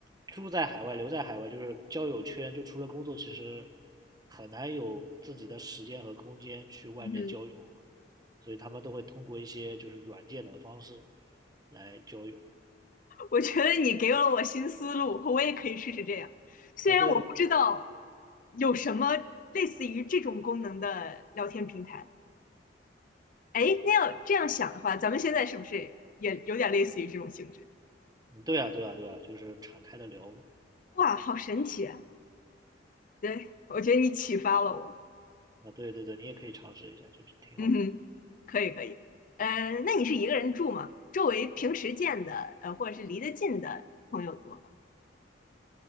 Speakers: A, on the right; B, on the left.
A: 住在海外，留在海外，就是交友圈，就除了工作，其实很难有自己的时间和空间去外面交友，
B: 嗯，
A: 所以他们都会通过一些就是软件的方式来交友。
B: 我觉得你给了我新思路，我也可以试试这样。虽然我不知道
A: 啊，对对，
B: 有什么类似于这种功能的聊天平台。哎，那要这样想的话，咱们现在是不是也有点类似于这种性质？
A: 嗯对啊，对啊，对啊，就是敞开的聊嘛。
B: 哇，好神奇啊！对，我觉得你启发了我。
A: 啊，对对对，你也可以尝试一下，就是挺好的。
B: 嗯哼，可以可以。呃，那你是一个人住吗？周围平时见的，呃，或者是离得近的朋友多吗？